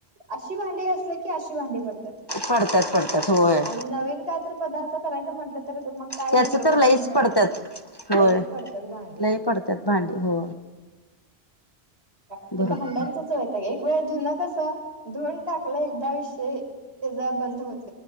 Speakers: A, on the right; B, on the left.
A: अशी भांडी घासली की अशी भांडी पडतात.
B: पडतात पडतात होय
A: आणि नवीन काय तर पदार्थ करायचं म्हंटलं तर मग काय
B: त्याच
A: हिशोबच
B: तर लईच
A: नाही भांड्यात
B: पडतात होय
A: लईच पडतात भांडी.
B: लई पडतात भांडी हो.
A: ते
B: बरोबर
A: भांडांचच वैताग एक. होय धुण कसं धुवून टाकलं एकदा विषय त्याचा बंद होत.